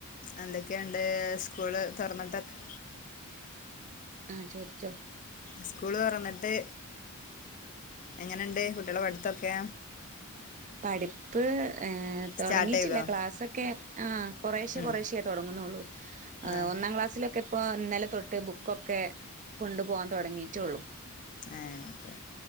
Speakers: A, on the left (about 35°); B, on the right (about 35°).
A: എന്തൊക്കെണ്ട് സ്കൂള് തോ റന്നിട്ടൊക്കെ
B: ആചോദിച്ചോ
A: സ്കൂള് ഓർന്ന്ട്ട് എങ്ങനെുണ്ട് കുട്ടികളെ പടുത്തൊക്കെ
B: പഠിപ്പ് അ തോടങ്ങിട്ടില്ല
A: സ്റ്റാർട്ട് ചെയ്തോ
B: ക്ലാസ്സൊക്കെ ആ കൊറേഷ്യ
A: ഉം
B: കൊറേഷ്തോ ടങ്ങുന്നുള്ളൂഹ
A: ആ
B: ഒന്നാം ക്ലാസ്സിലൊക്കെ ഇപ്പോ ഇന്നലെ തൊട്ട് ബുക്കൊക്കെ കൊണ്ടു പോകാൻ തോ ടങ്ങിട്ടുള്ളൂ
A: ഏഹ് ഓക്കെ